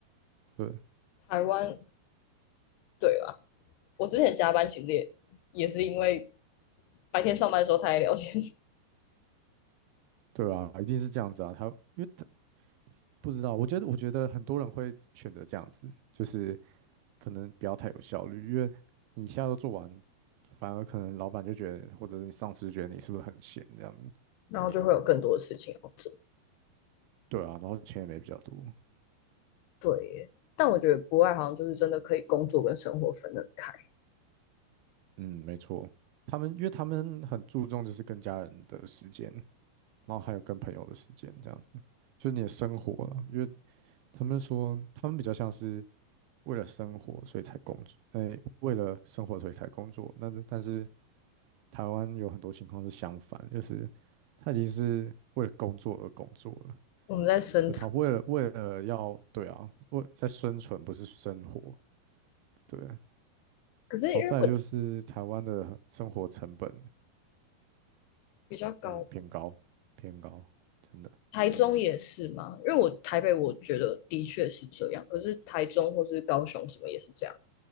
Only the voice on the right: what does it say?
对
对啊，一定是这样子啊，他因为他不知道，我觉得我觉得很多人会选择这样子，就是。可能不要太有效率，因为你一下都做完，反而可能老板就觉得，或者是你上司觉得你是不是很闲这样子？
对啊，然后钱也没比较多。
嗯，没错，他们因为他们很注重就是跟家人的时间，然后还有跟朋友的时间这样子，就是你的生活了。因为他们说他们比较像是为了生活所以才工作，哎，为了生活所以才工作。那但是台湾有很多情况是相反，就是他已经是为了工作而工作了，
就他为了为了要对啊，为在生存不是生活，对。
好在就是台湾的生活成本，
嗯，偏高，偏高，真的。